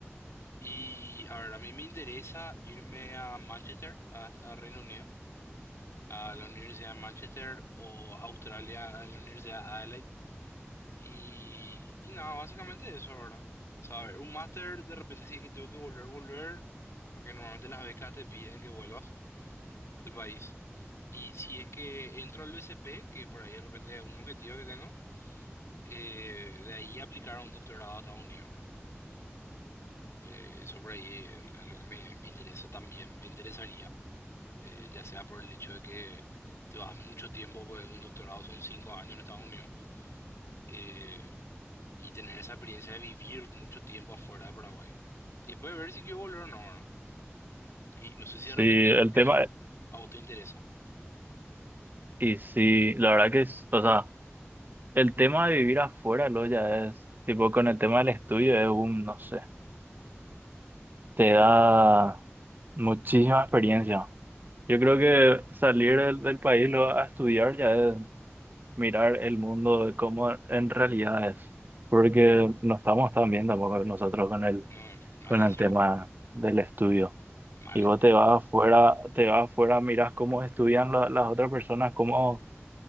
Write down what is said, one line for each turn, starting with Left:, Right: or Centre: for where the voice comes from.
Left: Y a ver, a mí me interesa irme a Manchester, a, a Reino Unido, a la Universidad de Manchester o Australia, en la Universidad de Adelaide. Y, y nada, básicamente eso, ¿verdad? O sea, a ver, un máster de repente sí que tengo que volver, volver, porque normalmente las becas te piden que vuelvas al país. Y si es que entro al BCP, que por ahí de repente es un objetivo que tengo, eh, de ahí aplicar a un doctorado a Estados Unidos, ¿verdad? Eh, eso por ahí es a lo que me, me interesa también, me interesaría, eh, ya sea por el hecho de que te vas mucho tiempo, pues un doctorado son cinco años en Estados Unidos. Eh, y tener esa experiencia de vivir mucho tiempo afuera de Paraguay. Y después de ver si quiero volver o no ahora. Y no sé si
Right: Sí,
Left: de repente
Right: el
Left: eso
Right: tema,
Left: a vos te interesa.
Right: y sí, la verdad que es, o sea, el tema de vivir afuera, lo ya es, tipo, con el tema del estudio es un, no sé, te da muchísima experiencia. Yo creo que salir del, del país lo, a estudiar ya es mirar el mundo de cómo en realidad es, porque no estamos tan bien tampoco nosotros con el
Left: No, malísimo
Right: con el tema
Left: también.
Right: del estudio.
Left: Mal
Right: Y
Left: estamos.
Right: vos te vas afuera, te vas afuera, miras cómo estudian la- las otras personas, cómo,